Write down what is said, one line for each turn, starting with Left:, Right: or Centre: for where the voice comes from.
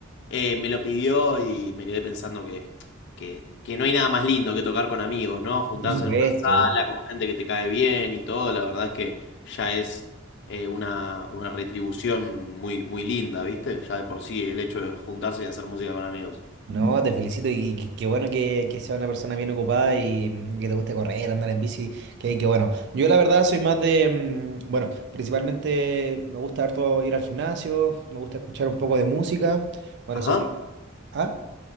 Left: eh, me lo pidió y me quedé pensando que, que, que no hay nada más lindo que tocar con amigos, ¿no? Juntarse
Right: por Mm. supuesto.
Left: en una sala con gente que te cae bien y todo. La verdad es que ya es eh, una, una retribución muy, muy linda, ¿viste? Ya de por sí el hecho de juntarse y hacer música con amigos.
Right: No, te felicito y qué qué bueno que, que sea una persona bien ocupada y mm, que te guste correr, andar en bici, que, que bueno. Yo la verdad soy más de, mm, bueno, principalmente me gusta harto ir al gimnasio, me gusta escuchar un poco de música. Bueno,
Left: Ajá.
Right: soy... Ah,